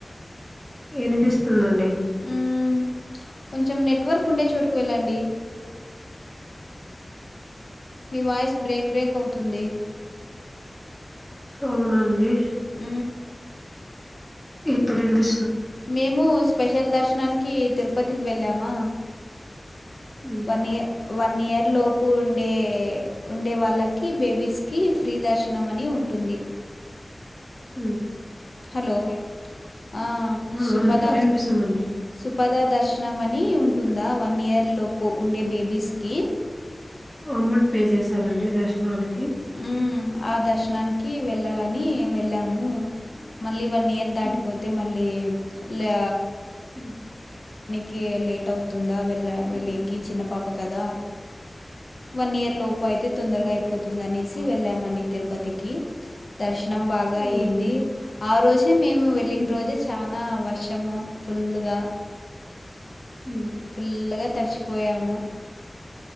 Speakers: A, in the centre; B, on the left (about 65°).
A: వినిపిస్తుందండి
B: హ్మ్ కొంచెం నెట్వర్క్ ఉండే చోటుకి వెళ్ళండి మీవాయిస్ బ్రేక్ బ్రేక్ అవుతుంది
A: అవునండి
B: ఆ
A: ఇప్పుడే విని
B: మేము స్పెషల్ దర్శనానికి తిరుప పతికి వెళ్ళామా
A: హ్మ్
B: వన్నియ వన్ ఇయర్ లో ప్ ఉండే ఉ ండే వాళ్ళకి బేబీస్ కి ఫ్రీ దర్శనం అని ఉంటుంది
A: ఉమ్
B: హలో అ
A: ఆ
B: సుపద
A: ఆ వినిపిస్తుందండి
B: సుపద దర్శ శనమని ఉ టుందా వన్ ఇయర్ లోపు ఉండే బేబీస్కి
A: అమౌంట్ పే చేసారండి దర్శనాని
B: ఉం ఆ దర్శనానికి కి వెళ్ళాల అని వెళ్ళాము మళ్ళీ వన్ ఇయర్ దాటిపోతే
A: హ్మ్
B: మళ్ళీ లే
A: ఊమ్
B: కె లేట్ అవుతుందా వెళ్ళ వెళ్ళికి చిన్న పాప కదా వన్ ఇయర్ లోపు అయితే తొందరగా
A: ఓకే
B: అయిపో సి వెళ్ళామండి తిరుపతికి దర్శనం బాగా
A: అవునండి
B: అయింది ఆ రోజు మేము వెళ్ళిన
A: హ్మ్
B: రోజే చానా వర వర్షము ఫుల్లుగా
A: హ్మ్
B: ఫుల్గా తడిచిపోయాము